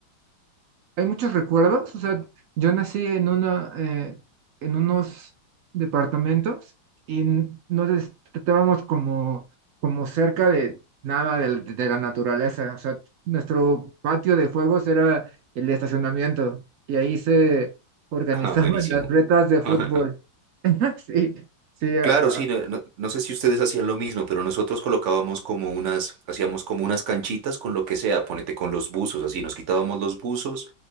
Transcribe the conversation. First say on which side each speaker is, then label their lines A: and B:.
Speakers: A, on the right; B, on the right.
A: hay muchos recuerdos. O sea, yo nací en una, eh, en unos departamentos y n- no des- estábamos como, como cerca de nada del- de, la naturaleza. O sea, nuestro patio de juegos era el estacionamiento y ahí se organizaban
B: Ah, buenísimo.
A: <laughs> las retas de fútbol.
B: <laughs>
A: <laughs> Sí, sí, ah,
B: Claro, sí, no, no- no sé si ustedes hacían lo mismo, pero nosotros colocábamos como unas, hacíamos como unas canchitas con lo que sea, ponete con los buzos, así nos quitábamos los buzos